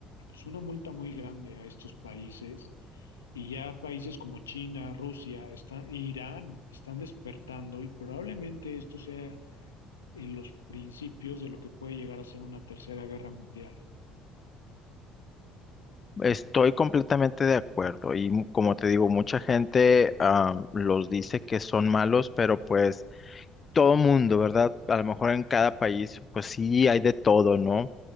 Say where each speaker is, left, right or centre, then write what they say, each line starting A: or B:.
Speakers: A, on the left; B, on the left.
A: pues una multa muy grande a estos países y ya países como China, Rusia, está- e Irán están despertando y probablemente esto sea en los principios de lo que puede llegar a ser una tercera guerra mundial.
B: Estoy completamente de acuerdo y mu- como te digo, mucha gente ah, los dice que son malos, pero pues todo mundo, ¿verdad? A lo mejor en cada país, pues sí hay de todo, ¿no?